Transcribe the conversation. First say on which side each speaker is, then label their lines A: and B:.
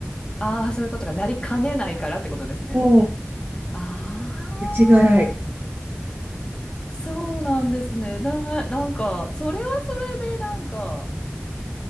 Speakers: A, on the left (about 20°); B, on the right (about 50°).
A: ああー、そういうことがなりかねないからってことですね。
B: そ
A: あ
B: う。世知辛い。
A: あ、そうなんですね。な、なんか、それはそれで、なんか、